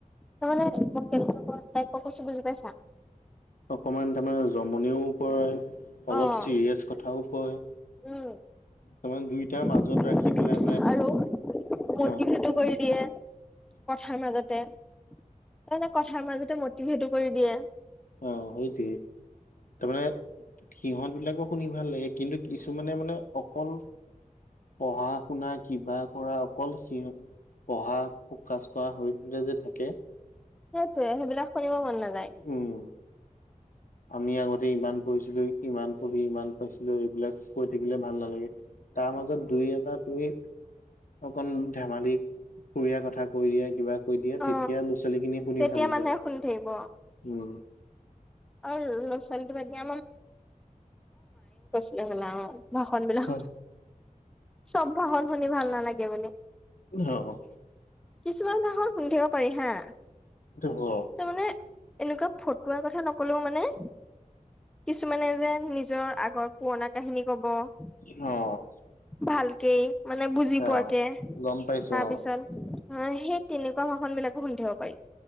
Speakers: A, in the centre; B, on the left (about 70°).
A: ত, মানে মই কেনে তাই প কৈছো বুজি পাইছা।
B: অকমান তাৰমানে জমনিও কৰে অলপ
A: অ'
B: চিৰিয়াছ কথাও কয়।
A: উম।
B: তাৰমানে দুইটাৰ
A: আৰু
B: মাজত ৰাখি পেলাই মানে অ
A: মটিভেটো
B: হম
A: কৰি দিয়ে। কথাৰ মাজতে তাৰমানে কথাৰ মাজতে মটিভেটো কৰি দিয়ে।
B: অ' সেইটোৱেই। তাৰমানে সিহঁত বিলাকো শুনি ভাল লাগে কিন্তু কিছুমানে মানে অকল পঢ়া শুনা কিবা কৰা অকল সি পঢ়া ফকাজ পোৱা হৈ। যে থাকে
A: সেইটোৱে সেইবিলাক শুনিব মন নাযায়।
B: উম। আমি আগতে ইমান পঢ়িছিলো ইমান পঢ়ি ইমান পাইছিলো এইবিলাক। কৈ থাকিলে ভাল নালাগে তাৰ মাজত দুই এটা তুমি। অকন ধেমালি ফুৰিয়াৰ কথা কৈ দিয়া কিবা। কৈ দিয়ে
A: অ
B: তেতিয়া ল'ৰা ছোৱালী খিনি শুনি
A: তেতিয়া
B: ভাল
A: মানুহে
B: পায়,
A: শুনি থাকিব
B: উম।
A: আৰু ল'ৰা ছোৱালীটো বাদ দিয়া ভালে হ'ল অ' ভাষণ বিলাক
B: অ
A: চ'ব ভাষণ শুনি ভাল নালাগে মানে।
B: অ'
A: কিছুমান ভাষণ খুনি থাকিব পাৰি হা।
B: দহ
A: তাৰমানে এনেকুৱা ফটোৱাৰ কথা নকলেও মানে। কিছুমানে যে নিজৰ আগৰ পুৰণা কাহিনী ক'ব।
B: অ'
A: ভালকেই মানে বুজি
B: অ',
A: পোৱাকে। তাৰপিছত,
B: গম পাইছো অ
A: অ' সেই তেনেকুৱা ভাষন বিলাকো খুনি থাকিব পাৰি।